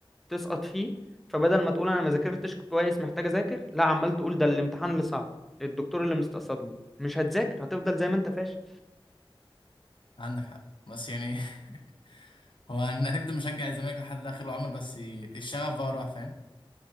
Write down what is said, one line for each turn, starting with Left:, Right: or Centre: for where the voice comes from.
Centre: تسقط فيه فبدل ما تقول انا ما ذاكرتش كويس محتاج اذاكر لا عمال تقول ده الامتحان اللي صعب الدكتور اللي مستقصدني مش هتذاكر هتفضل زي ما انت فاشل
Left: عندك حق بس يعني <laughs> هو هن- هنفضل مشجع الزمالك لحد اخر العمر بس الشغف بقى راح فاهم